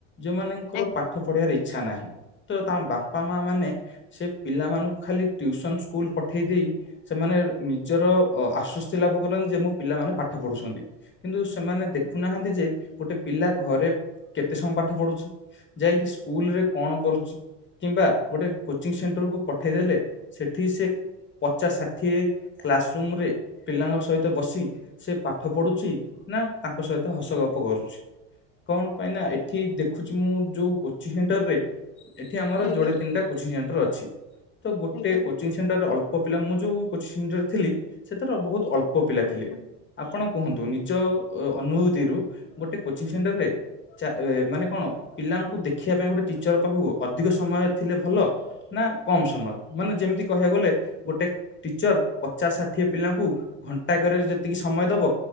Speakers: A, on the left; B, on the left.
A: ଯୋଉଁ ମାନଙ୍କର
B: ଆଜ୍ଞା
A: ପାଠ ପଢିବାର। ଇଛା ନାହିଁ ତ ତା ବାପା ମା ମାନେ ସେ ପିଲାମାନଙ୍କୁ ଖାଲି ଟିଉସନ ସ୍କୁଲ ପଠେଇ ଦେଇେ ସେମାନେ ନିଜର ଆସ ଖୁସି ଲାଭ କରନ୍ତି ଯେ ମୋ ପିଲାମାନେ ପାଠ ପଢୁଛନ୍ତି। କିନ୍ତୁ ସେମାନେ ଦେଖୁନାହାନ୍ତି ଯେ ଗୋଟେ ପିଲା ଘ ରେ କେତେ ସମୟ ପାଠ ପଢୁଛି ଯାଇକି ସ୍କୁଲରେ କଣ କରୁଛି କିମ୍ବା ଗୋଟେ କୋଚିଂ ସେଣ୍ଟରକୁ ପଠେଇ ଦେଲେ ସେଠି ସେ ପଚାଶ ଷାଠିଏ କ୍ଲାସ ରୁମ ରେ ପିଲାଙ୍କ ସହିତ ବସି ସେ ପାଠ ପଢୁଛି। ନା ତାଙ୍କ ସହିତ ହସଗପ କରୁଛି। କଣ ପାଇଁ ନାଁ ଏଠି ଦେଖୁଛି ମୁଁ ଯୋଉ କୋଚିଂ ସେଣ୍ଟର ରେ ଏଠି ଆମର
B: ଆଜ୍ଞା
A: ଯୋଡେ ତିନିଟା କୋଚିଂ ସେଣ୍ଟର ଅଛି ତ ଗୋଟେ
B: ଆଜ୍ଞା
A: କୋଚିଂ ସେଣ୍ଟରରେ ଅଳ୍ପ ଅଳ୍ପ ପିଲା ମୁଁ ଯୋଉ କୋଚିଂ ଥିଲି ସେଥିର ବହୁତ ଅଳ୍ପ ପିଲା
B: ଆଜ୍ଞା।
A: ଥିଲେ। ଆପଣ କୁହନ୍ତୁ ନିଜ ଅନୁଭୂତିରୁ ଗୋଟେ କୋଚିଂ ସେଣ୍ଟର ରେ ଚା ମାନେ କଣ ପିଲାଙ୍କୁ ଦେଖିବା ପାଇଁ ଗୋଟେ ଟିଚର ପାଖକୁ ଅଧିକ ସମୟ ଥିଲେ ଭଲ ନାଁ କମ ସମୟ ମାନେ ଯେମିତି କହିବାକୁ ଗଲେ ଗୋଟେ ଟିଚର ପଚାଶ ଷାଠିଏ ପିଲା ପାଙ୍କୁ ଘଣ୍ଟାକ ଯେତିକି ସମୟ ଦବ